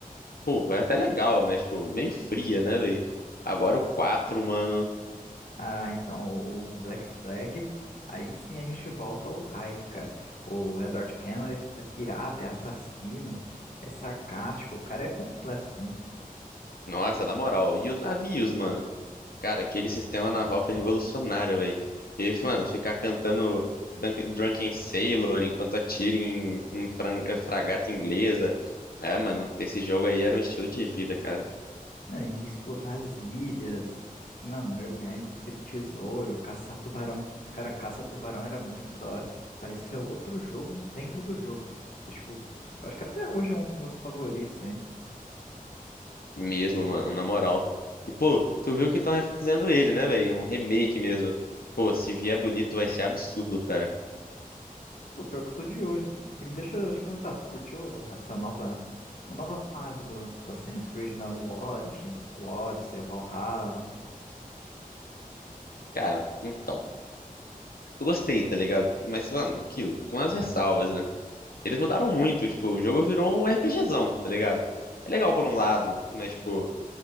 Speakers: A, on the left (about 85°); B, on the left (about 70°).
A: Pô, é até legal, mas, tipo, meio fria, né, velho? Agora o 4 mano.
B: Ah, então, o o Black Flag, aí sim a gente volta ao hype, cara. O Edward Kenway é pirata, é assassino, é sarcástico, o cara é completo, tá?
A: Nossa, na moral. E os navios, mano. Cara, aquele sistema naval foi revolucionário, velho. E, mano, ficar cantando Dunk- Drunken Sailor enquanto atira em em fran- eh, fragata inglesa. É, mano, esse jogo aí era um estilo de vida, cara.
B: É, e explorar as ilhas, mano, mergulhar em busca de tesouro, caçar tubarão. Cara, caça tubarão era muito da hora. Parecia outro jogo dentro do jogo. E, tipo, eu acho que até hoje é um dos meus favoritos, hein?
A: Mesmo, mano, na moral. E, pô, tu viu que estão refazendo ele, né, velho? Um remake mesmo. Pô, se vier bonito, vai ser absurdo, cara.
B: O pior que eu tô de olho. E me deixa eu te perguntar, tu curtiu essa nova, a nova fase do, do Assassin's Creed, né? O Origins, o Odyssey, o Valhalla.
A: Cara, então. Eu gostei, tá ligado? Mas, mano, aquilo, com as ressalvas, né? Eles mudaram muito, tipo, o jogo virou um RPGzão, tá ligado? É legal por um lado, mas, tipo,